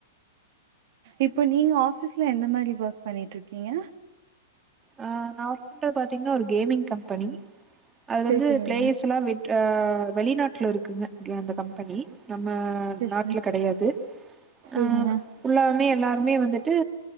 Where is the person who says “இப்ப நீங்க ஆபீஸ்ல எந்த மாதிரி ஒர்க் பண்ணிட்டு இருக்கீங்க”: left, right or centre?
Right